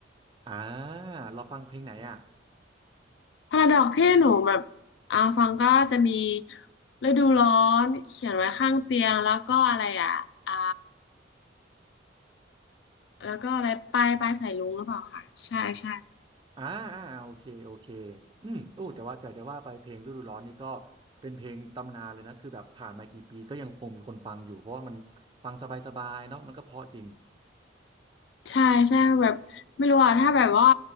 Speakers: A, on the right; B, on the left.
A: อ่าเราฟังเพลงไหนอ่ะ
B: พาราดอกที่หนูแบบอ่าฟังก็จะมีฤดูร้อนเขียนไว้ข้างเตียงแล้วก็อะไรอ่ะอ่าแล้วก็อะไรปลายปลายสายรุ้งหรือเปล่าคะใช่ใช่
A: อ่าอ่าโอเคโอเคอืมโอ้แต่ว่าแต่จะว่าไปเพลงฤดูร้อนนี่ก็เป็นเพลงตำนานเลยนะคือแบบผ่านมากี่ปีก็ยังคงมีคนฟังอยู่เพราะว่ามันฟังสบายๆเนาะมันก็เพราะจริง
B: ใช่ใช่แบบไม่รู้อะถ้าแบบว่า